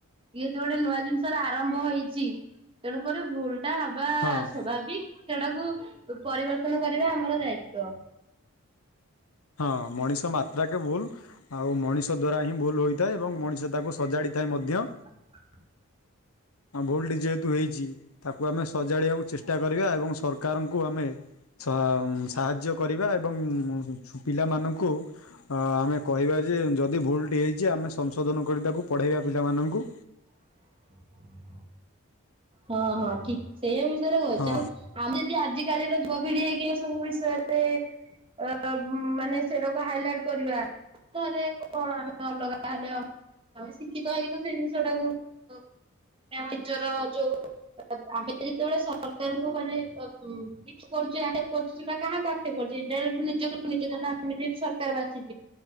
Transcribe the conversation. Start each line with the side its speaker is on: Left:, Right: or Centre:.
Right: ଯେହେତୁ ଗୋଟେ ନୂଆ ଜିନିଷ ର ଆରମ୍ଭ ହେଇଛି, ତେଣୁକରି ଭୁଲ ଟା ହବା
Left: ହଁ।
Right: ସୋଭାବିକ ସେଟାକୁ ପରିବର୍ତ୍ତନ କରିବା ଆମର ଦାୟିତ୍ଵ।
Left: ହଁ ମଣିଷ ମାତ୍ରାକେ ଭୁଲ ଆଉ ମଣିଷ ଦ୍ଵାରା ହିଁ ଭୁଲ ହୋଇଥାଏ, ଏବଂ ମଣିଷ ତାକୁ ସଜାଡିଥାଏ ମଧ୍ୟ
Right: <unintelligible>
Left: ଆ ଭୁଲଟି ଯେହେତୁ ହେଇଛି ତାକୁ ଆମେ ସଜାଡ଼ିବାକୁ ଚେଷ୍ଟା କରିବା ଏବଂ ସରକାରଙ୍କୁ ଆମେ ସା ସାହାଯ୍ୟ କରିବା ଏବଂ ପିଲାମାନଙ୍କୁ ଆମେ କହିବା ଯେ ଯଦି ଭୁଲଟି ହେଇଛି ଆମେ ସଂଶୋଧନ କରି ତାକୁ ପଢ଼େଇବା ପିଲାମାନଙ୍କୁ।
Right: <inaudible> ହଁ ହଁ ଠିକ ସେଇ ବିଷୟରେ କହୁଛ
Left: ହଁ
Right: ଆମେ ଯଦି ଆଜିକାଲିର ଯୁବପିଡ଼ି ହେଇକି ଏ ସବୁ ବିଷୟରେ ଅ ମାନେ ସେଟାକୁ ହାଇଲାଇଟ କରିବା, ତାହେଲେ କଣ ଆମେ ଅଲଗା ତାହା ହେଲେ ଆଉ। ଆମେ ଶିକ୍ଷିତ ହେଇକି ତ ସେଇ ଜିନିଷ ଟାକୁ ଆମେ ନିଜର ଯୋଉ ଆମେ ଯେତେବେଳେ ସରକାରଙ୍କୁ ମାନେ ଆକ୍ଷେପ କରୁଛୁ କାହା କାହା <unintelligible> ନିଜ ନିଜ ସରକାର ବାଛି,